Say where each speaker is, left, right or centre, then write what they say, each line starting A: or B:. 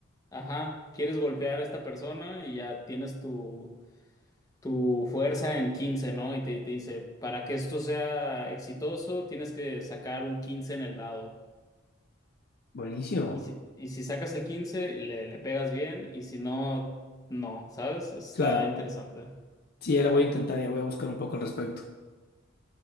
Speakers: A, on the left; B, on the left.
A: ajá, quieres golpear a esta persona y ya tienes tu, tu fuerza en 15, ¿no? Y te, te dice, para que esto sea exitoso, tienes que sacar un quince en el dado.
B: Buenísimo.
A: Y si, y si sacas el quince le, le pegas bien, y si no, no, ¿sabes? Está
B: Claro.
A: interesante.
B: Sí, ya lo voy a intentar, ya voy a buscar un poco al respecto.